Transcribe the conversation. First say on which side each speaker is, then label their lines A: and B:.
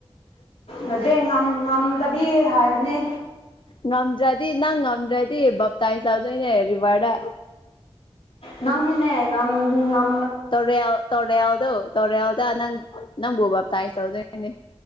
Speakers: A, on the left; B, on the left.
A: ꯅꯠꯇꯦ ꯉꯝ ꯉꯝꯗꯕꯤ ꯍꯥꯏꯕꯅꯦ
B: ꯉꯝꯗ꯭ꯔꯥꯗꯤ ꯅꯪ ꯉꯝꯗ꯭ꯔꯥꯗꯤ ꯚꯞꯇꯥꯏ ꯇꯧꯗꯣꯏꯅꯦ ꯔꯤꯚꯔꯗ
A: ꯅꯪꯅꯤꯅꯦ ꯉꯝ ꯉꯝ
B: ꯇꯣꯔꯦꯜ ꯇꯣꯔꯦꯜꯗꯨ ꯇꯣꯔꯦꯜꯗ ꯅꯪ ꯅꯪꯕꯨ ꯚꯞ ꯇꯥꯏ꯭ꯁ ꯇꯧꯗꯣꯏꯅꯦ